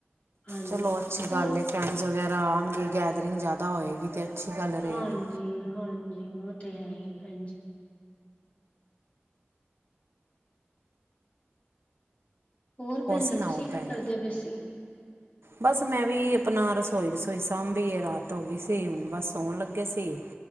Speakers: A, on the left; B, on the right.
A: ਹਾਂਜੀ-ਹਾਂਜੀ
B: ਚਲੋ ਅੱਛੀ
A: ਹੋਰ
B: ਗੱਲ ਏ। ਫਰੈਂਡਸ ਵਗੈਰਾ ਆਉਣਗੇ ਕੇਟਰਿੰਗ ਜ਼ਿਆਦਾ ਹੋਏਗੀ ਅਤੇ। ਅੱਛੀ ਗੱਲ ਰਹੇਗੀ
A: ਹਾਂਜੀ-ਹਾਂਜੀ! ਉਹ ਤੇ ਹੈ ਹੀ ਹੈ, ਭੈਣ ਜੀ! ਹੋਰ ਭੈਣਜੀ
B: ਸੁਣਾਓ
A: ਤੁਸੀਂ
B: ਭੈਣ
A: ਕੀ ਕਰਦੇ ਪੇਸੀ।
B: ਬਸ ਮੈਂ ਵੀ ਆਪਣਾ ਰਸੋਈ ਰਸੋਈ ਸਾਂਭੀ ਏ ਰਾਤ ਹੋ ਗਈ ਸੀ, ਹੁਣ ਬਸ ਸੋਣ ਲੱਗੇ ਸੀ।